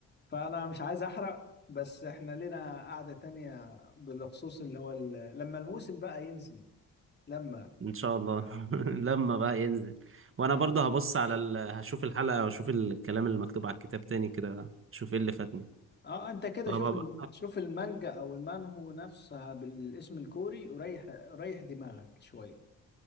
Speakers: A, on the left (about 35°); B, on the right (about 45°).
A: فأنا مش عايز أحرق بس إحنا لنا قعدة تانية بالخصوص اللي هو ال... لما الموسم بقى ينزل لما
B: إن شاء الله <laughs> لما بقى ينزل وأنا
A: لما
B: برضه هبص على ال... هشوف الحلقة وأشوف الكلام اللي مكتوب على الكتاب تاني كده أشوف إيه اللي فاتني
A: اه انت كده
B: طب
A: شوف ال... شوف المانجا او المانهو نفسها بالاسم الكوري وريح ريح دماغك شوية